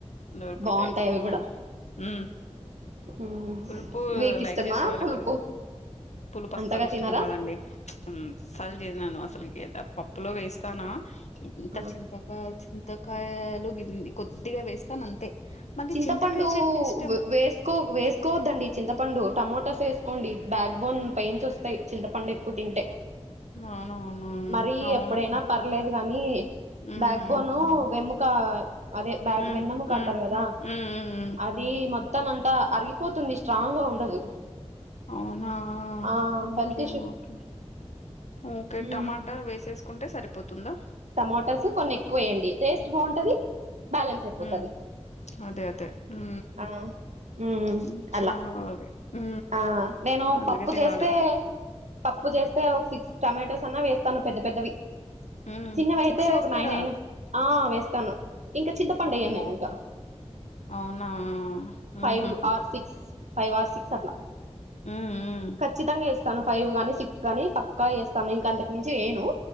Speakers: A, on the left; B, on the right.
A: దొరుకుతాయి
B: బాగుంటాయి అవి
A: హు
B: కూడా
A: ఉ
B: ఉమ్
A: పులుపు
B: మీకు
A: లైక్
B: ఇష్టమా
A: చేసే వాళ్ళకు
B: పులుపు
A: పులుపు అసలు
B: అంతగా
A: ఇష్టం
B: తినరా
A: ఉండదండి ఊ అసల్ తినను అసలకి ఏదా పప్పులో వేస్తానా ఇంత
B: ఆ
A: చింతకాయ చి త్తకాయలు గిన్నీ కొద్దిగా వేస్తాను అంతే మళ్ళీ
B: చింతపండు
A: చింతకాయ చట్నీ ఇష్టం
B: వేసుకో వేసుకోవద్దండి చింతపండు టమోటాస్ వేసుకోండి బ్యాక్ బోన్ పెయిన్స్ వస్తాయి చింతపండు ఎక్కువ తింటే
A: అవునవును
B: మరి
A: అవును
B: ఎప్పుడైనా పర్లేదు గానీ
A: ఉమ్
B: బ్యాక్ బోను వెముక అదే బ్యాగ్
A: ఉమ్
B: వెన్నముక
A: ఉమ్
B: అంటారు కదా
A: ఉమ్
B: అది మొత్త మొత్తం అంతా అరిగిపోతుంది స్ట్రాంగ్ గా ఉండదు
A: అవునా
B: ఆ
A: ఓకే
B: హెల్త్
A: ఓకే ఓకే
B: ఉ
A: టమాటా వేసేసుకుంటే సరిపోతుందా
B: టమోటాస్ కొన్ని ఎక్కువ వేయండి టేస్ట్ బాగుంటది బ్యాలెన్స్ అయిపోతది
A: ఉమ్ అదే అదే ఊ
B: ఆ ఉమ్
A: ఉ
B: అలా
A: చూడాలి హు
B: ఆ నేను
A: అలాగే
B: పప్పు
A: తినాలి
B: చేస్తే పప్పు చేస్తే ఒక సిక్స్ టొమాటోస్ అన్నా వేస్తాను పెద్ద పెద్దవి
A: ఉమ్
B: చిన్నవైతే
A: సిక్స్ వేస్తారా
B: ఒక నైన అయినా ఆ వేస్తాను ఇంకా చింతపండు
A: వామ్మో
B: ఎయ్యను నేను ఇంకా
A: అవునా ఉహు
B: five or six five or six అట్లా
A: ఉమ్ ఉమ్
B: ఖచ్చితంగా వేస్తాను ఫైవ్ గాని సిక్స్ గాని పక్కా వేస్తాను ఇంకా అంతకు మించి వేయను